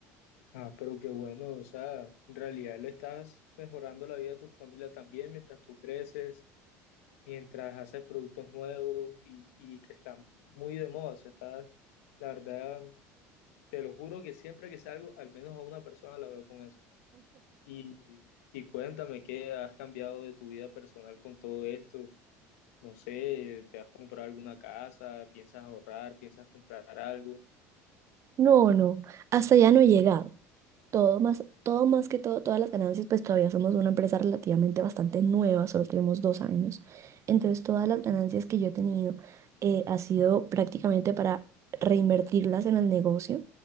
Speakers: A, on the left (about 85°); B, on the right (about 40°).
A: Ah, pero qué bueno, o sea, en realidad le estás mejorando la vida a tu familia también mientras tú creces, mientras haces productos nuevos y, y que están muy de moda. O sea, está, la verdad, te lo juro que siempre que salgo, al menos a una persona la veo con eso. Y, y cuéntame qué has cambiado de tu vida personal con todo esto. No sé, ¿te has comprado alguna casa? ¿Piensas ahorrar? ¿Piensas comprar algo?
B: No, no, hasta ya no he llegado. Todo más, todo más que todo, todas las ganancias, pues todavía somos una empresa relativamente bastante nueva, solo tenemos dos años. Entonces, todas las ganancias que yo he tenido eh, ha sido prácticamente para reinvertirlas en el negocio,